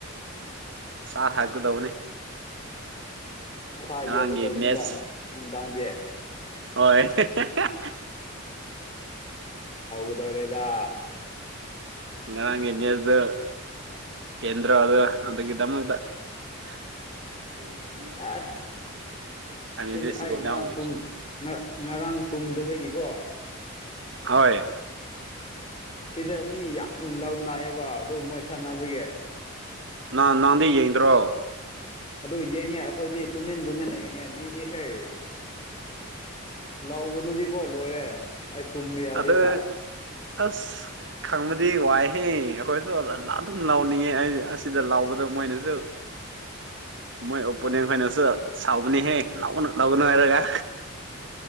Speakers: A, on the right; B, on the left.
A: ꯁꯥꯥ ꯍꯠꯀꯥꯗꯧꯕꯅꯦ
B: ꯁꯥ
A: ꯉꯔꯥꯡꯒꯤ
B: ꯌꯧꯒꯗꯧꯕꯅꯤꯕ
A: ꯃꯦꯠꯁ
B: ꯅꯨꯡꯗꯥꯡꯗꯤ
A: ꯍꯣꯏ <unintelligible>
B: ꯍꯧꯒꯗꯧꯔꯦꯗ
A: ꯉꯔꯥꯡꯒꯤ ꯃꯦꯁꯗꯣ ꯄꯦꯟꯗ꯭ꯔꯣꯗ ꯑꯗꯨꯒꯤꯗꯃꯛꯇ <unintelligible> <unintelligible>
B: ꯑꯁ
A: ꯑꯅꯤꯗꯤ
B: ꯑꯁꯤꯗꯤ
A: ꯁꯤꯒꯣꯝ
B: ꯑꯩ ꯉꯔꯥꯡ
A: ꯌꯥꯎꯋꯦ
B: ꯇꯨꯝ ꯉ-ꯉꯔꯥꯡ ꯇꯨꯝꯗꯕꯒꯤꯀꯣ
A: ꯍꯣꯏ
B: ꯁꯤꯗ ꯃꯤ ꯌꯥꯝ ꯂꯧꯅꯥꯏꯌꯦꯕ ꯑꯗꯨ ꯃꯣꯏ ꯁꯥꯟꯅꯕꯒꯤ
A: ꯅ-ꯅ ꯅꯟꯗꯤ ꯌꯦꯡꯗ꯭ꯔꯣ
B: ꯑꯗꯨ ꯌꯦꯡꯉꯦ ꯑꯩꯈꯣꯏꯗꯤ ꯇꯨꯃꯤꯟ ꯇꯨꯃꯤꯟꯅ ꯌꯦꯡꯉꯦ ꯃꯤꯗꯤ ꯍꯩ ꯂꯥꯎꯕꯗꯨꯗꯤꯀꯣ ꯂꯣꯏꯔꯦ ꯑꯩ ꯇꯨꯝꯕ ꯌꯥꯗꯦꯗ
A: ꯑꯗꯨ ꯑꯁ ꯈꯪꯕꯗꯤ ꯋꯥꯏꯍꯦ ꯑꯩꯈꯣꯏꯁꯨ ꯑꯗꯨꯝ ꯂꯥꯎꯅꯤꯡꯉꯦ ꯑꯁꯤꯗ ꯂꯥꯎꯕꯗ ꯃꯣꯏꯅꯁꯨ ꯃꯣꯏ ꯑꯣꯄꯣꯅꯦꯟ ꯈꯣꯏꯅꯁꯨ ꯁꯥꯎꯕꯅꯤꯍꯦ ꯂꯥꯎꯒꯅꯨ ꯂꯥꯎꯒꯅꯨ ꯍꯥꯏꯔꯒ